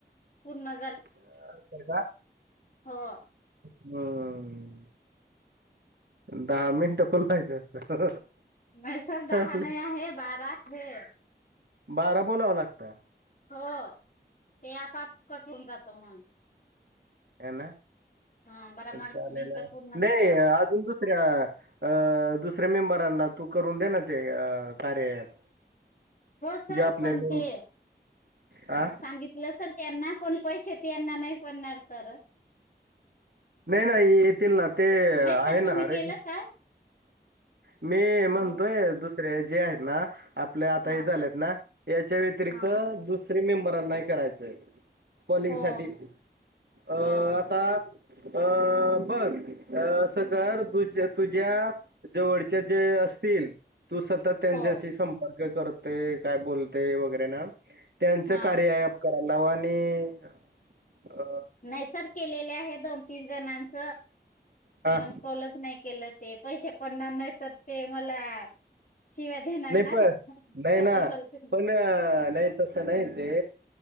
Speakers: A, on the left (about 45°); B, on the right (about 70°).
A: पुर्ण
B: अ काय का
A: हा
B: हम्म दहा मिनिटं बोलवायचं असतं
A: नाही सर
B: चालेल
A: दहा नाही आहे बारा हम्
B: बारा बोलावं लागतं
A: हो ते आपाप कट होवुन जातं मग
B: ह ना
A: ह बरा मग
B: चालेल
A: मिनट पूर्ण झाल्यावर
B: नाही अजून तु दुऱ्या अ दुसऱ्या मेंबरांना तू करून दे ना ते अ कार्य <inaudible>
A: हो सर
B: जे आपले
A: पण
B: मेम-
A: ते
B: आ?
A: सांगितलं सर त्यांना पण पैसे तेना नाही पडणार तर
B: नाही नाही येतील ना
A: नाही
B: ते आहे
A: सर
B: ना
A: तुम्ही
B: अरे
A: केलं का
B: मी म्हणतोय
A: नाही
B: दुसरे जे आहेत ना आपल्या आता
A: हा
B: हे झालेत ना याच्या व्यतिरिक्त
A: हा
B: दुसर मेंबर नाही करायचं पलिंग
A: हो
B: साठी अ.. आता
A: हो
B: अ बघ अस कर दुज तुझ्या जवळचे जे असतील तु सतत त्यांच्याशी
A: हो
B: संपर्क करत ते काय बोलते वगैरे ना त्यांच
A: हा
B: कार्य आह कराय लावा आणि अ,
A: नैसर केलेले आहे दोन तीन जणांनच
B: हां,
A: पण काँलच नाही केल ते पैसे पडणार नाही तर ते मला शिव्या देणार
B: नाही
A: ना
B: पण नाही
A: छोट
B: ना
A: बोलते
B: पण नाही तसं नाही ते